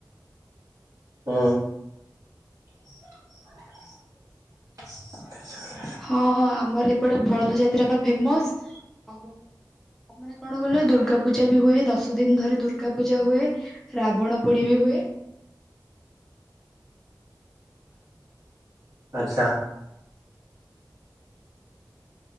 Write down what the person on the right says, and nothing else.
ହଁ। ଆ
ଆଚ୍ଛା।